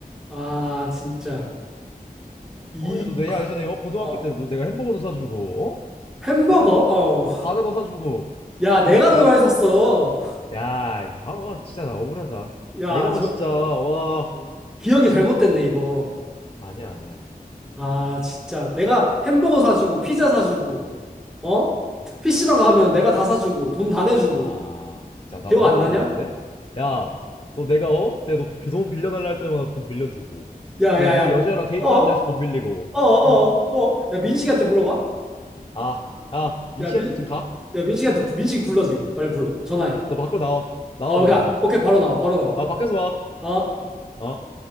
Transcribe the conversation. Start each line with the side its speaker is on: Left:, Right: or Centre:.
Centre: 아, 진짜. 이,
Left: 어, 야, 너 내가 예전에 어, 고등학교
Centre: 어.
Left: 때도 너 내가 햄버거도 사주고, 어?
Centre: 햄버거?
Left: 내가 뭐
Centre: 어.
Left: 과자도 사주고,
Centre: 야, 내가 더
Left: 야,
Centre: 많이 샀어.
Left: 야, 이- 아, 와, 진짜 나 억울하다.
Centre: 야,
Left: 나 이러면
Centre: 저,
Left: 진짜 와,
Centre: 어, 기억이 잘못됐네, 이거.
Left: 아니야, 아니야.
Centre: 아, 진짜. 내가 햄버거 사주고, 피자 사주고, 어? PC방 가면 내가 다 사주고, 돈 다 내주고.
Left: 아, 진짜 나
Centre: 기억
Left: 너무
Centre: 안 나냐?
Left: 억울한데? 야, 너 내가 어? 내가 너 돈 빌려달라 할 때마다 돈 빌려주고,
Centre: 야,
Left: 너
Centre: 야,
Left: 무슨
Centre: 야.
Left: 여자애랑 데이트한다
Centre: 어?
Left: 해서 돈 빌리고,
Centre: 어, 어,
Left: 어?
Centre: 어. 야, 민식이한테 물어봐.
Left: 아, 아, 민씨한테
Centre: 야, 민,
Left: 지금 가?
Centre: 야, 민식이한테, 민식이 불러, 지금. 빨리 불러. 전화해.
Left: 너 밖으로 나와, 나와
Centre: 어,
Left: 너
Centre: 가.
Left: 그러면.
Centre: 오케이, 바로 나와, 바로 나와.
Left: 아, 밖에서 와.
Centre: 어?
Left: 어?